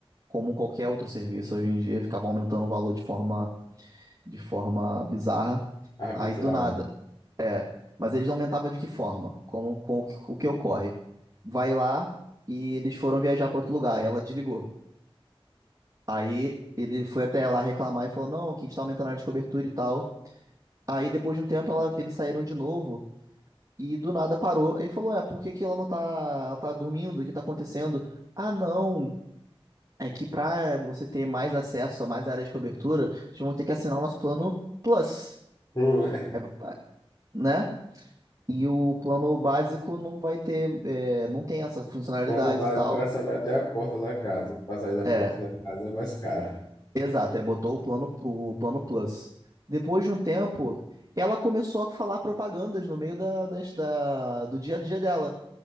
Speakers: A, on the right; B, on the left.
A: como qualquer outro serviço hoje em dia, ficavam aumentando o valor de forma, de forma bizarra.
B: A rapidinha.
A: Aí do nada. Mas eles aumentavam de que forma? Como, com o que o que ocorre? Vai lá e eles foram viajar para outro lugar. E ela desligou. Aí ele foi até lá reclamar e falou: Não, que a gente tá aumentando a área de cobertura e tal. Aí depois de um tempo ela- eles saíram de novo e do nada parou. Aí falou: É, por que que ela não tá, ela tá dormindo? O que tá acontecendo? Ah, não. É que pra você ter mais acesso a mais áreas de cobertura, vocês vão ter que assinar o nosso plano Plus.
B: Pô, <laughs>
A: É, pa- né? E o plano básico não vai ter, é, não tem essa funcionalidade
B: Bom, no básico,
A: e tal.
B: ela só vai até a porta da casa. Para sair da
A: É."
B: porta da casa é mais caro.
A: Exato, aí botou o plano, Plu- o plano Plus. Depois de um tempo, ela começou a falar propagandas no meio da, das- da- do dia a dia dela.